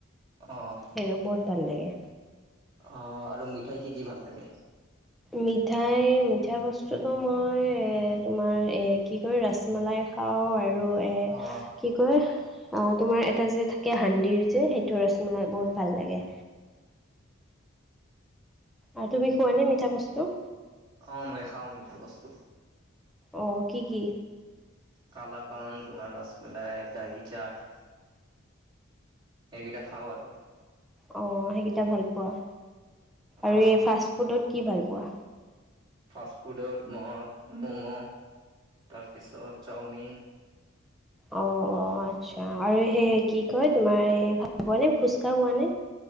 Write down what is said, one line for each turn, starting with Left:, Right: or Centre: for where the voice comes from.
Right: অঁ
Centre: সেইঅ বহুত ভাল লাগে
Right: অ আৰু মিঠাই কি কি ভাল লাগে
Centre: মিঠাই মিঠাই বস্তুটো মই এ তোমাৰ এ কি কয় ৰাছমলাই খাওঁ আৰু এ
Right: অ',
Centre: কি অই তোমাৰ এটা যে থাকে হাণ্ডিৰ যে সেইটো ৰচসমলাই বহুত ভাল লাগে। আৰু তুমি খোৱানে মিঠা বস্তু?
Right: অ মই খাওঁ মিঠা বস্তু।
Centre: অঁ কি কি?
Right: কালাকান তোমাৰ ৰছমলাই দাহি চাট। সেইকেইটা খাওঁ আৰু।
Centre: অঁ সেইকেইটা ভাল পোৱা
Right: অ',
Centre: আৰু এই ফাষ্ট ফুডত কি ভাল পোৱা?
Right: ফাষ্ট ফুডত মই ম'ম' তাৰপিছত চাওমিন।
Centre: অঁ অঁ আচ্ছা আৰু সেই কি কয় তোমাৰ এই ভাল পোৱানে ফুছকা খোৱা নে?